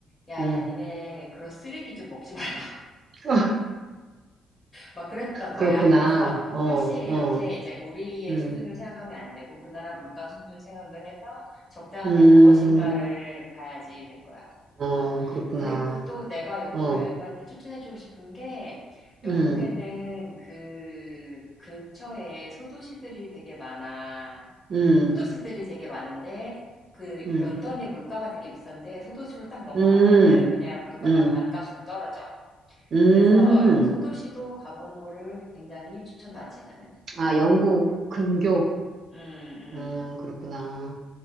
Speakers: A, on the left; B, on the right.
A: 야야
B: 음.
A: 니네 그런 쓰레기 좀 먹지 말라.
B: 아,
A: 막 그랬었던 거야.
B: 그렇구나.
A: 그래서
B: 어,
A: 확실히
B: 어,
A: 이렇게 이제 우리의
B: 음,
A: 수준으로 생각하면 안 되고 그 나라 물가 수준으로 생각을 해서 적당한
B: 음,
A: 게 무엇인가를 봐야지 될 거야.
B: 어,
A: 어.
B: 그렇구나.
A: 그리고 또 내가 영국
B: 어,
A: 여행 갈 때 추천해주고 싶은 게 영국에는
B: 음,
A: 그 근처에 소도시들이 되게 많아.
B: 음,
A: 소도시들이 되게 많은데 그
B: 음,
A: 런던의 물가가 되게 비싼데 소도시로 딱 넘어가면은
B: 음,
A: 그냥 물가가
B: 음,
A: 반값으로 떨어져.
B: 음.
A: 그래서 소도시도 가보는 거를 굉장히 추천하지, 나는.
B: 아,
A: 음,
B: 영국 근교.
A: 음,
B: 음,
A: 음.
B: 그렇구나.